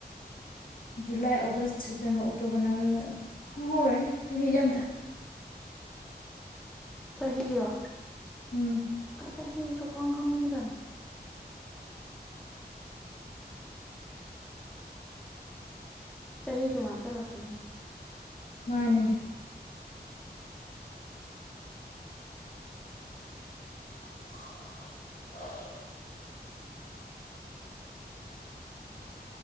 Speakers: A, on the left; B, in the centre.
A: July August September October November ꯈꯪꯍꯎꯔꯣꯏꯅꯦ ꯆꯍꯤꯖꯦ ꯑꯝꯇ
B: ꯆꯍꯤꯔꯣ
A: ꯎꯝ
B: ꯆꯍꯤ ꯁꯨꯈꯪ ꯈꯪꯗꯝ ꯆꯍꯤ ꯁꯨꯝ ꯍꯥꯞꯆꯤꯂꯛꯇꯣꯏꯅꯤꯅꯦ
A: ꯃꯥꯅꯦ <inaudible>